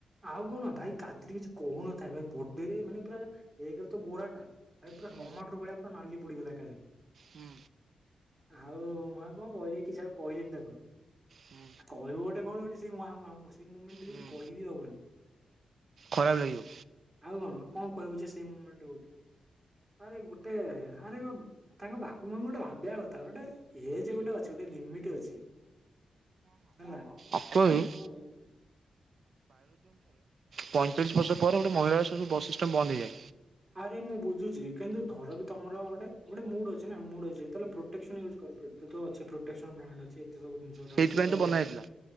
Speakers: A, on the right; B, on the right.
A: ଆଉ କଣ ଭାଇ କାଦ୍ରି କିଛି କହୁନଥାଏ ବେ ବଡେରେ ମାନେ ପୁରା ଏକରେ ତ ଗୋରାଟା ଭାଇ ପୁରା
B: ହୁଁ
A: ଟମାଟୋର ଭଳିଆ ପୁରା ନାଲି ପୋଡିଗଲା ଏକାବେଳେ
B: ହୁଁ
A: ଆଉ ମୁଁ ଆଉ କଣ କହିଲି କିଛି ଆଉ କହିଲିନି ତାକୁ
B: ହୁଁ
A: ଆଉ କହିବୁ ଗୋଟେ କଣ ଗୋଟେ ସେଇ ମୁହା ମହା ସେଇ ମୁମେଣ୍ଟରେ
B: ହୁଁ
A: କିଛି କହିବି ହବନି।
B: ଖରାପ ଲାଗିବ
A: ଆଉ କଣ? କଣ କହିବୁ ଯେ ସେ ମୁମେଣ୍ଟରୁ ଆରେ ଗୋଟେ ଆରେ ଗୋ ତାଙ୍କ ବାପା ମାଙ୍କୁ ଗୋଟେ ଭାବିବା କଥା ଗୋଟେ ଏଜ ଗୋଟେ ଅଛି ଗୋଟେ ଲିମିଟ ଅଛି ହେଲା। ଆଁ
B: ଅଙ୍କଲ ବି
A: ହୁଁ।
B: ପଇଁଚାଳିଶ ବର୍ଷ ପରେ ଗୋଟେ ମହିଳାର ସବୁ ବସ୍ ସିଷ୍ଟମ୍ ବନ୍ଦ ହେଇଯାଏ।
A: ଆରେ ମୁଁ ବୁଝୁଛି। କିନ୍ତୁ ଧର ବି ତମର ଗୋଟେ ଗୋଟେ ମୁଡ ଅଛି ନା ମୁଡ ଅଛି ତାହେଲେ ପ୍ରୋଟେକ୍ସନ ୟୁଜ୍ କର କେତେ ତ ଅଛି ପ୍ରୋଟେକ୍ସନ ବ୍ରାଣ୍ଡ ଅଛି। ଏ ସବୁ ଜିନିଷ ଗୋଟେ
B: ସେଇଥିପାଇଁ
A: ଅଛି ତ
B: ବନା ହେଇଥିଲା